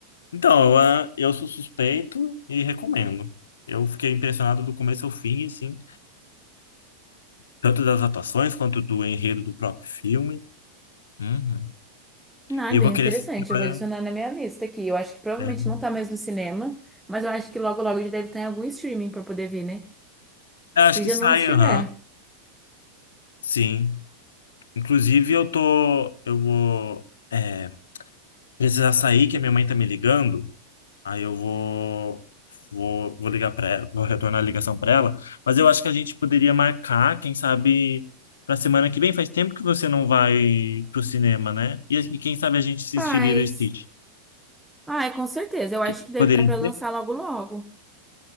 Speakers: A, on the left (about 65°); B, in the centre.
A: Então, eu, ah, eu sou suspeito e recomendo. Eu fiquei impressionado do começo ao fim, assim, tanto das atuações quanto do enredo do próprio filme. Uhum.
B: Ah,
A: E
B: é bem
A: eu vou
B: interessante.
A: querer assistir agora.
B: Eu vou adicionar na minha lista aqui. Eu acho que provavelmente
A: né?
B: não tá mais no cinema, mas eu acho que logo logo já deve estar em algum streaming pra poder ver, né?
A: Eu
B: Se
A: acho que
B: já
A: sai,
B: não estiver.
A: aham, sim. Inclusive, eu tô, eu vou é, precisar sair, que a minha mãe tá me ligando. Aí eu vou vou, vou ligar para ela, vou retornar a ligação para ela, mas eu acho que a gente poderia marcar, quem sabe, para semana que vem. Faz tempo que você não vai pro cinema, né? E, e quem sabe a gente assistir
B: Mas.
A: Lilo e Stitch.
B: Ah, é, com certeza. Eu acho
A: Que-
B: que deve
A: poderia
B: estar pra lançar
A: ser?
B: logo logo.